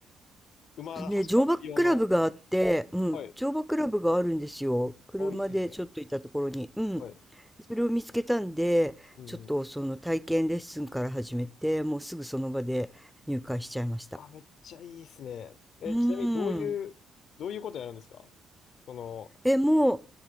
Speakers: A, on the left; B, in the centre.
A: 馬走らせる用の。
B: とね、乗馬クラブがあって、うん、
A: はい。
B: 乗馬クラブがあるんですよ。車でちょっと行ったところに。
A: あ、いいですね。
B: うん。
A: はい。
B: それを見つけたんで、
A: うんうん。
B: ちょっとその体験レッスンから始めて、もうすぐその場で入会しちゃいました。
A: あ、めっちゃいいですね。え、
B: うーん。
A: ちなみにどういう、どういうことやるんですかその、
B: え、もう、